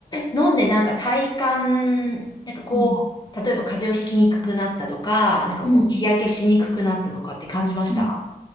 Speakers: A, on the left; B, on the left.
A: 飲んでなんか体感、なんかこう、
B: うん。
A: 例えば風邪をひきにくくなったとか、なんかこう、
B: うん。
A: 日焼けしにくくなったとかって感じました
B: うん